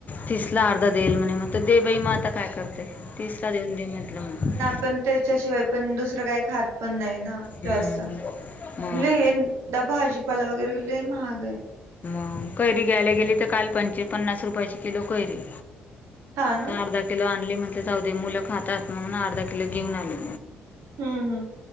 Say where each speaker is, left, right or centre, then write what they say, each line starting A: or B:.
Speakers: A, on the left; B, on the right.
A: तीस ला अर्धा देईल म्हणे म तर दे बई म आता काय करते. तिसला देऊन दे म्हटलं मग
B: पण त्याच्याशिवाय पण, दुसरं काही खात पण नाय <unintelligible>
A: हम्म. मग
B: भाजीपाला वगैरे लई महाग आहे.
A: मग कैरी घ्यायला गेली तर काल, पं पन्नास रुपयाची किलो कैरी
B: हा ना
A: तर अर्धा किलो आणली म्हणल जाउदे. मुलं खातात म्हणून अर्धा किलो घेऊन आली.
B: हम्मम्.